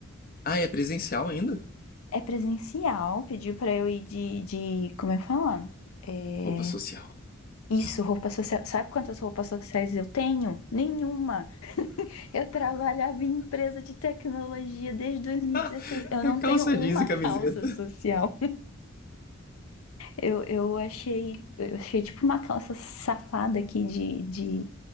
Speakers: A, on the left; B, on the left.
A: Ah, é presencial ainda?
B: É presencial, pediu pra eu ir de, de, como é que fala? É,
A: Roupa social.
B: isso, roupa social. Sabe quantas roupas sociais eu tenho? Nenhuma. Eu trabalhava em empresa de tecnologia desde 2016.
A: <laughs>
B: Eu
A: É
B: não
A: calça
B: tenho uma
A: jeans e camiseta.
B: calça social. Eu, eu achei, eu achei tipo uma calça safada aqui de, de,